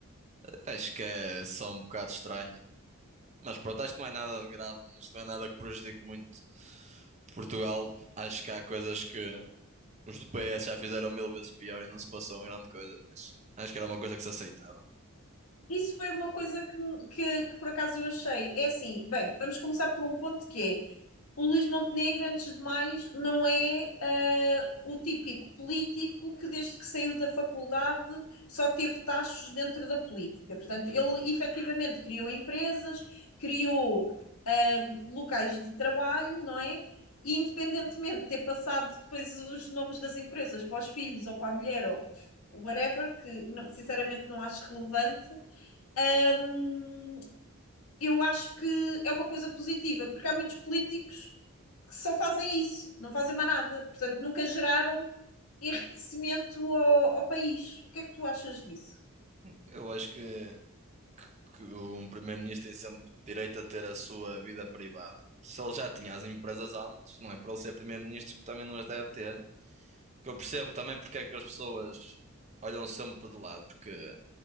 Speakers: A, on the right; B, on the left.
A: Acho que é só um bocado estranho, mas pronto, acho que não é nada de grave, isto não é nada que prejudique muito Portugal. Acho que há coisas que os do PS já fizeram mil vezes pior e não se passou em grande coisa, por isso acho que era uma coisa que se aceitava.
B: Isso foi uma coisa que, que, que por acaso eu achei. É assim, bem, vamos começar por um ponto que é o Luís Montenegro, antes de mais, não é ah, o típico político que, desde que saiu da faculdade, só teve tachos dentro da política. Portanto,
A: Hum,
B: ele efetivamente criou empresas, criou locais de trabalho, não é? E independentemente de ter passado depois os nomes das empresas para os filhos ou para a mulher ou whatever, que não- sinceramente não acho relevante, hum, eu acho que é uma coisa positiva, porque há muitos políticos que só fazem isso, não fazem mais nada. Portanto, nunca geraram enriquecimento ao, ao país. O que é que tu achas disso?
A: Eu acho que que um primeiro-ministro tem sempre direito a ter a sua vida privada. Se ele já tinha as empresas antes, não é para ele ser primeiro-ministro que também não as deve ter. Que eu percebo também porque é que as pessoas olham sempre de lado, porque